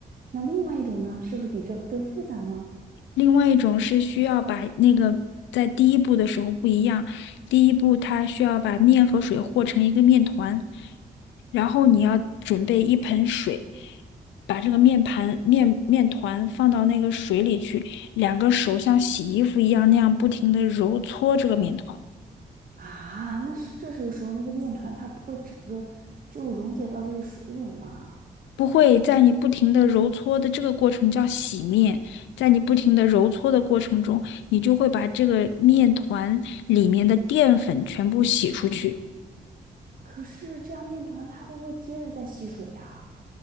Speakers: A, on the right; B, on the left.
A: 那另外一种呢，是不是比这更复杂呢？
B: 另外一种是需要把那个在第一步的时候不一样，第一步它需要把面和水和成一个面团，然后你要准备一盆水，把这个面盘面面团放到那个水里去，两个手像洗衣服一样那样不停的揉搓这个面团。
A: 啊，那是这时候时候那个面团它不会整个就溶解到这个水里了吗？
B: 不会在你不停的揉搓的这个过程叫洗面，在你不停的揉搓的过程中，你就会把这个面团里面的淀粉全部洗出去。
A: 可是这样面团它会不会接着再吸水呀？